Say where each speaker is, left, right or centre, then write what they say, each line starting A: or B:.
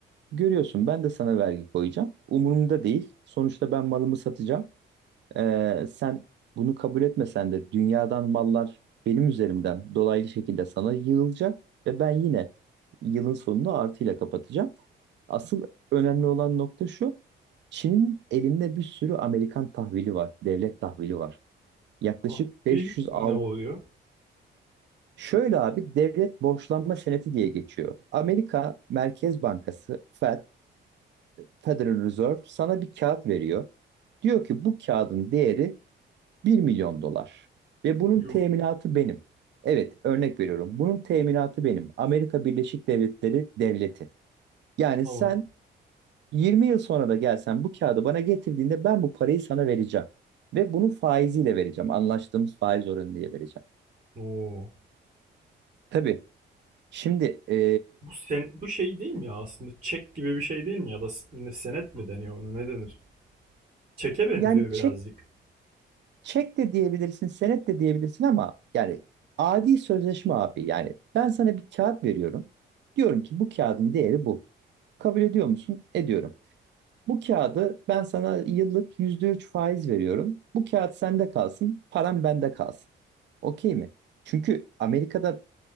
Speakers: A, on the right; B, on the right.
A: görüyorsun ben de sana vergi koyacağım. Umurumda değil. Sonuçta ben malımı satacağım. Ee, sen bunu kabul etmesen de dünyadan mallar benim üzerimden dolaylı şekilde sana yığılacak ve ben yine yılın sonunu artıyla kapatacağım. Asıl önemli olan nokta şu. Çin'in elinde bir sürü Amerikan tahvili var, devlet tahvili var. Yaklaşık
B: Tahvil
A: 500
B: ne
A: al.
B: oluyor?
A: Şöyle abi devlet borçlanma senedi diye geçiyor. Amerika Merkez Bankası Fed, Federal Reserve sana bir kağıt veriyor. Diyor ki bu kağıdın değeri Bir milyon dolar ve bunun
B: Yuh
A: teminatı benim. Evet, örnek veriyorum. Bunun teminatı benim. Amerika Birleşik Devletleri devleti. Yani
B: tamam.
A: sen 20 yıl sonra da gelsen bu kağıdı bana getirdiğinde ben bu parayı sana vereceğim. Ve bunu faiziyle vereceğim. Anlaştığımız faiz oranı diye vereceğim.
B: Oo.
A: Tabii. Şimdi e,
B: Bu, sen, bu şey değil mi ya aslında? Çek gibi bir şey değil mi ya da ne, senet mi deniyor ona ne denir? Çeke benziyor
A: yani
B: birazcık.
A: çek çek de diyebilirsin, senet de diyebilirsin ama yani adi sözleşme abi. Yani ben sana bir kağıt veriyorum. Diyorum ki bu kağıdın değeri bu. Kabul ediyor musun? Ediyorum. Bu kağıdı ben sana yıllık %3 faiz veriyorum. Bu kağıt sende kalsın, param bende kalsın. Okey mi? Çünkü Amerika'da